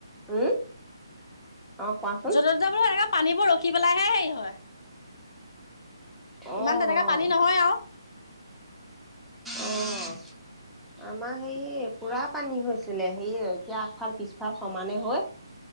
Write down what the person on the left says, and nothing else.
য'তে ত'তে বোলো এনেকে পানীবোৰ ৰখি পেলাইাহে হেৰি হয়।
ইমান তেনেকে
পানী নহয় আৰু